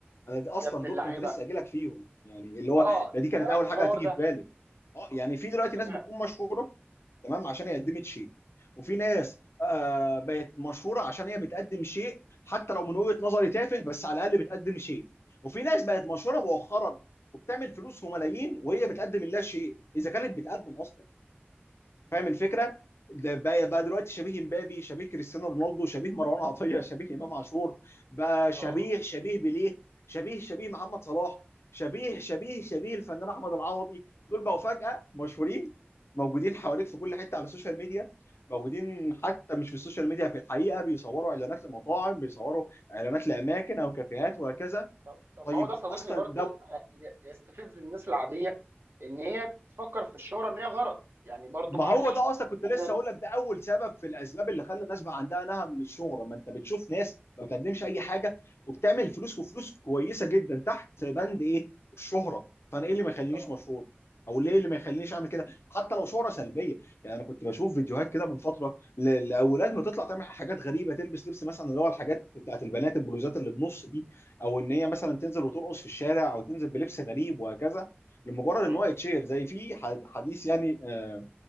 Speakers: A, on the left (about 85°); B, on the right (about 70°).
A: انا دي اصلا
B: يا ابن اللعيبه
A: دول كنت لسه هجيلك فيهم يعني اللي هو
B: اه
A: ده دي
B: انت
A: كانت
B: ايه رايك
A: اول
B: في الحوار
A: حاجه هتيجي
B: ده
A: في بالي اه يعني في دلوقتي
B: تمام
A: ناس بتكون مشهوره تمام عشان هي قدمت شيء وفي ناس آه بقت مشهوره عشان هي بتقدم شيء حتى لو من وجهه نظري تافه بس على الاقل بتقدم شيء وفي ناس بقت مشهوره مؤخرا وبتعمل فلوس وملايين وهي بتقدم لا شيء اذا كانت بتقدم اصلا فاهم الفكره
B: مم.
A: ده بقى, بقى دلوقتي شبيه مبابي شبيه كريستيانو رونالدو شبيه مروان عطيه شبيه امام عاشور بقى
B: اه
A: شبيه
B: اه
A: شبيه بيليه شبيه شبيه محمد صلاح شبيه شبيه شبيه الفنان احمد العوضي دول بقوا فجاه مشهورين موجودين حواليك في كل حته على السوشيال ميديا موجودين حتى مش في السوشيال ميديا في الحقيقه بيصوروا اعلانات لمطاعم بيصوروا اعلانات لاماكن او كافيهات وهكذا
B: طب طب
A: طيب
B: ما هو ده صديقي
A: اصلا
B: برضو
A: ده
B: ه- ي- يستفز الناس العاديه ان هي تفكر في الشهره ان هي غرض يعني برضو
A: ما
B: معلش
A: هو ده اصلا كنت لسه
B: انا
A: اقول لك ده اول سبب في الاسباب اللي خلى الناس بقى عندها نهم للشهره ما انت بتشوف ناس ما بتقدمش اي حاجه وبتعمل فلوس وفلوس كويسه جدا تحت بند ايه الشهره فانا ايه اللي ما يخلينيش
B: اه
A: مشهور او ليه اللي ما يخلينيش اعمل كده حتى لو شهره سلبيه يعني انا كنت بشوف فيديوهات كده من فتره ل- لاولاد بتطلع تعمل حاجات غريبه تلبس لبس مثلا اللي هو الحاجات بتاعت البنات البلوزات اللي بنص دي او ان هي مثلا تنزل وترقص في الشارع او تنزل بلبس غريب وهكذا لمجرد
B: مم.
A: ان هو يتشير زي في حد- حديث يعني آه،